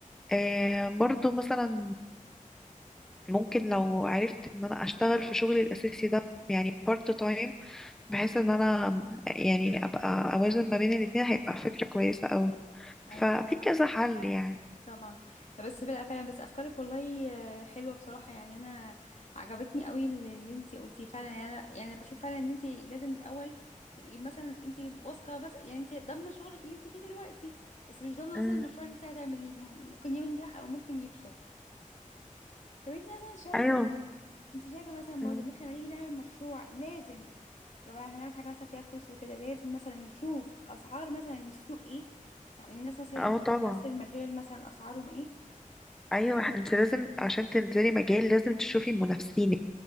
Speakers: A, in the centre; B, on the left.
A: إيه برضو مثلا ممكن لو عرفت ان انا اشتغل في شغلي الاساسي ده يعني بارت تايم بحيث ان انا يعني ابقى اوازن ما بين الاتنين هيبقى فكرة كويسة قوي
B: ايوه
A: ففي
B: صح
A: كذا حل يعني
B: طبعا بس بلا فعلا بس افكارك والله آه، حلوه بصراحه يعني انا عجبتني قوي اللي اللي انتي قلتيه فعلا يعني انا يعني أنا بشوف فعلا ان انتي لازم الاول تبقي مثلا انتي واثقه بس يعني انتي ضامنه شغلك اللي انتي فيه دلوقتي بس مش ضامنه
A: مم.
B: مثلا المشروع اللي انتي هتعمليه فممكن ينجح او ممكن يفشل طب انتي مثلا شايفه
A: ايوه
B: انتي شايفه مثلا برضه
A: مم.
B: ان احنا لما نيجي نعمل مشروع لازم لو هنعمل حاجه مثلا فيها فلوس وكده لازم مثلا نشوف اسعار مثلا السوق ايه يعني الناس مثلا
A: اه
B: اللي
A: طبعا
B: في نفس المجال مثلا اسعارهم ايه
A: ايوه انت لازم عشان تنزلي مجال لازم تشوفي منافسينك